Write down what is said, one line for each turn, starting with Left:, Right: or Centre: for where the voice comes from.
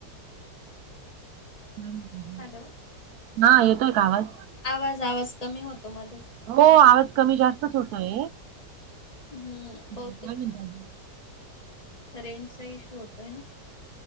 Right: <unintelligible>
Left: हॅलो
Right: हा येतोय का आवाज?
Left: आवाज आवाज कमी होतो मध्येच.
Right: हो आवाज कमी जास्तच होतोय.
Left: हम्म
Right: काय
Left: बहुतेक
Right: म्हणतात आजून.
Left: रेंजचा इशू होतोय ना.